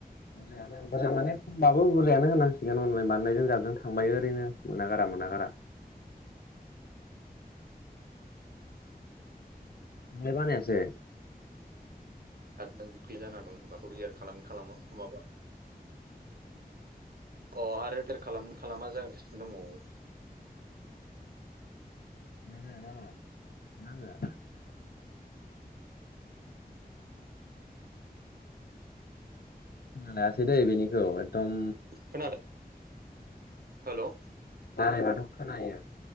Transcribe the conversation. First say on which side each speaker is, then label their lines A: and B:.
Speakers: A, on the left; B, on the right.
A: बुरजायानो माने खमबाबो बुरजायानो होननांसिगोन अनलाइन बानायनायजों जाबजों थांबाय ओरै नो मोना गारा मोना गारा नोंलाय बानायासै?
B: आरो नों बे जाना दं हबा रियार खालाम खालामो माबा। अ आरो देर खालाम खालामा जागासिनो दंबावो।
A: नोङो नामा ना आङो। खोना लायासै दै बेनिखौ एकदम
B: खोनादों हेल'
A: बारायबाथ' खोनायो